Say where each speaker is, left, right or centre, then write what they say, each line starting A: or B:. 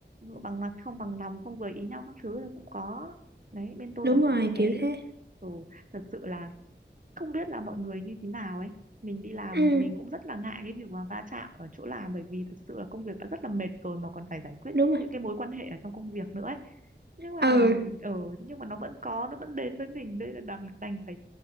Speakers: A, on the right (about 45°); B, on the right (about 65°).
A: bằng mặt không bằng lòng không vừa ý nhau các thứ là cũng có đấy bên tôi
B: đúng
A: là
B: rồi
A: cũng như thế
B: kiểu thế
A: ừ, thật sự là không biết là mọi người như thế nào ấy mình đi làm
B: ừ,
A: thì mình cũng rất là ngại cái việc mà va chạm ở chỗ làm bởi vì thực sự là công việc đã rất là mệt rồi mà còn phải giải quyết
B: đúng rồi
A: những cái mối quan hệ ở trong công việc nữa ấy nhưng mà
B: ừ
A: ở nhưng mà nó vẫn có nó vẫn đến với mình đây là đành đành phải